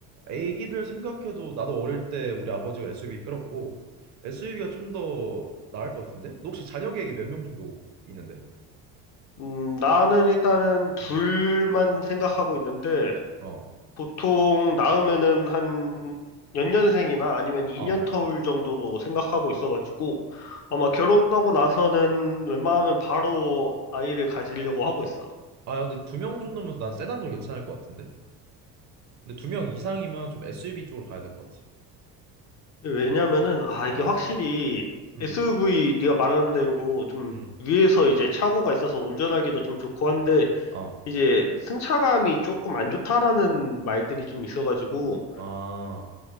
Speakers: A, on the right; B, on the left.
A: 애기들 생각해도 나도 어릴 때 우리 아버지가 SUV 끌었고 SUV가 좀 더 나을 것 같은데? 너 혹시 자녀 계획이 몇 명 정도 있는데?
B: 음, 나는 일단은 둘만
A: 음.
B: 생각하고 있는데,
A: 어.
B: 보통 낳으면은 한 연년생이나 아니면 2년
A: 어.
B: 터울 정도로 생각하고 있어가지고 아마 결혼하고 나서는 웬만하면 바로 아이를 가지려고 하고 있어.
A: 아 근데 두 명 정도면 난 세단도 괜찮을 것 같은데? 근데 두 명 이상이면 좀 SUV 쪽으로 가야 될 것
B: 왜냐면은 아
A: 같아.
B: 이게
A: 어.
B: 확실히
A: 음.
B: SUV 네가 말하는 대로 좀
A: 음.
B: 위에서 이제 차고가 있어서 운전하기도 좀 좋고 한데
A: 어.
B: 이제 승차감이 조금 안 좋다라는 말들이 좀 있어가지고
A: 아.